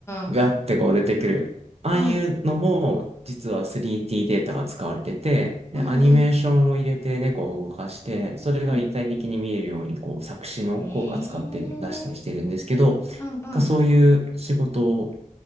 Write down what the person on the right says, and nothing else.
ガッてこう出てくる。ああいうのも、
実は 3D ディーデータが使われてて、で、
アニメーションを入れて猫を動かして、それが立体的に見えるように、
こう、作詞の効果使って出したりしてるんですけど、
がそういう仕事